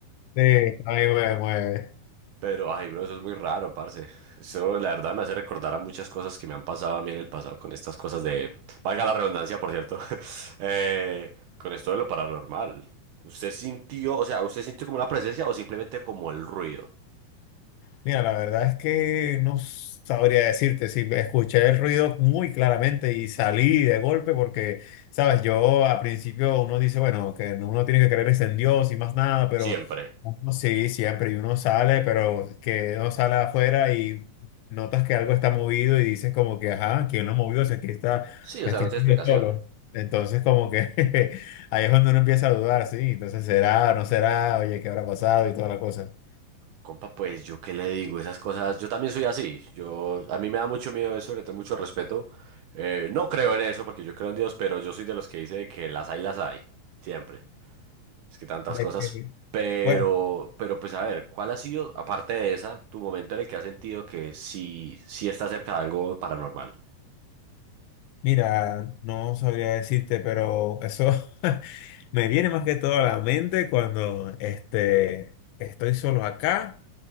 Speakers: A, on the left (about 85°); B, on the right (about 75°).
A: Sí, ahí me mueve.
B: Pero, ay, bro, eso es muy raro, parce. Eso, la verdad, me hace recordar a muchas cosas que me han pasado a mí en el pasado con estas cosas de... Valga la redundancia, por cierto. <laughs> eh, con esto de lo paranormal. ¿Usted sintió, o sea, usted sintió como una presencia o simplemente como el ruido?
A: Mira, la verdad es que no sabría decirte si escuché el ruido muy claramente y salí de golpe porque, sabes, yo a principio uno dice, bueno, que uno tiene que creer es en Dios y más nada, pero
B: Siempre.
A: uno sí, siempre, y uno sale, pero que uno sale afuera y notas que algo está movido y dices como que, ajá, ¿quién lo movió? O sea, aquí está,
B: Sí, o
A: aquí
B: sea, no
A: estoy
B: tiene explicación.
A: yo solo. Entonces como que <laughs> ahí es donde uno empieza a dudar, sí, entonces será, no será, oye, ¿qué habrá pasado y toda la cosa.
B: Compa, pues, ¿yo qué le digo? Esas cosas... Yo también soy así. Yo... A mí me da mucho miedo eso, le tengo mucho respeto. Eh, no creo en eso porque yo creo en Dios, pero yo soy de los que dice que las hay, las hay. Siempre. Es que tantas
A: De
B: cosas,
A: que-
B: pero,
A: Bueno,
B: pero pues a ver, ¿cuál ha sido, aparte de esa, tu momento en el que has sentido que sí, sí está cerca de algo paranormal?
A: Mira, no sabría decirte, pero eso <laughs> me viene más que todo a la mente cuando este, estoy solo acá